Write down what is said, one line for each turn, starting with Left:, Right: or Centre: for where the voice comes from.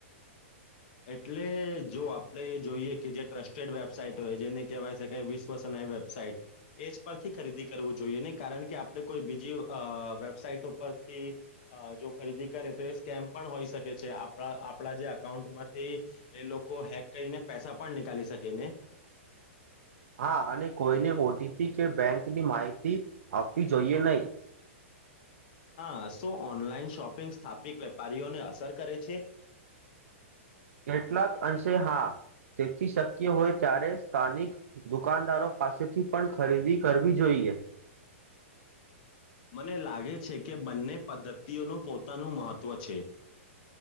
Left: એટલે જો આપણે જોઈએ કે જે ટ્રસ્ટેડ વેબસાઇટ હોય જેને કહેવાય છે કે વિશ્વસનય વેબસાઇટ એજ પરથી ખરીદી કરવું જોઈએ નહીં કારણ કે આપણે કોઈ બીજી અ વેબસાઇટર પરથી જો ખરીદી કરે તો એ સ્કેમ પણ હોઈ શકે છે આપણા આપણા જે અકાઉન્ટમાં થી એ લોકો હેક કરીને પૈસા પણ નિકાળી શકે ને
Right: હા અને કોઈને ઓટીપી કે બેંકની માહિતી આપવી જોઈએ નહી
Left: હા શું ઓનલાઈન શોપિંગ સ્થાપિત વેપારીઓને અસર કરે છે
Right: કેટલાક અંશે હા તેથી શક્ય હોય ત્યારે સ્થાનિક દુકાનદારો પાસેથી પણ ખરીદી કરવી જોઈએ <inaudible>
Left: મને લાગે છે કે બંને પદ્ધતિઓનું પોતાનું મહત્ત્વ છે